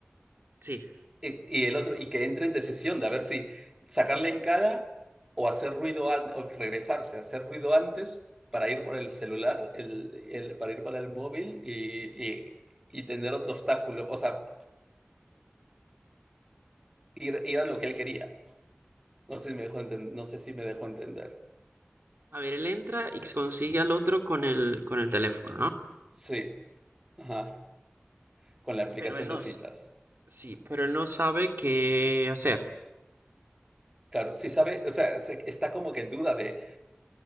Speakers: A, on the right; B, on the right.
A: sí.
B: Y, y el otro, y que entre en decisión de a ver si sacarle en cara o hacer ruido, an- o regresarse, hacer ruido antes para ir por el celular, el, el- para ir para el móvil y, y- y tener otro obstáculo, o sea, ir, ir a lo que él quería. No sé si me dejó enten- no sé si me dejó entender.
A: A ver, él entra y consigue al otro con el, con el teléfono, ¿no?
B: Sí, ajá, con la aplicación
A: Pero él
B: de
A: no,
B: citas.
A: s- sí, pero él no sabe qué hacer.
B: Claro, sí sabe, o sea, se- está como que en duda de,